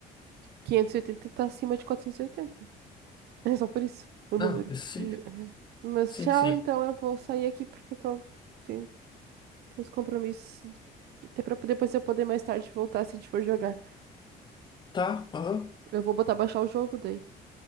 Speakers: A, on the right (about 75°); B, on the left (about 25°).
A: 580 tá acima de 480. né? É só por isso, o
B: Não,
A: número.
B: isso
A: <laughs>
B: sim.
A: Mas
B: Sim,
A: tchau,
B: sim.
A: então eu vou sair aqui porque eu tô. Tenho, tenho uns compromissos. Até pra depois eu poder mais tarde voltar se a gente for jogar.
B: Tá, aham,
A: Eu vou botar baixar o jogo daí,